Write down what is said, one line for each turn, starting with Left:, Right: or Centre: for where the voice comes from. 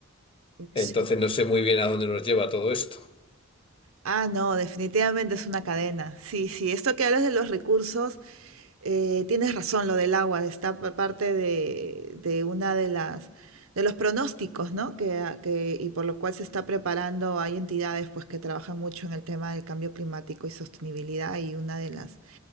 Right: Sí,
Left: Entonces no sé muy bien a dónde nos lleva todo esto.
Right: Ah, no, definitivamente es una cadena. Sí, sí, esto que hablas de los recursos, eh, tienes razón, lo del agua, está pa- parte de, de una de las de los pronósticos, ¿no? Que, a- que- y por lo cual se está preparando, hay entidades pues que trabajan mucho en el tema del cambio climático y sostenibilidad y una de las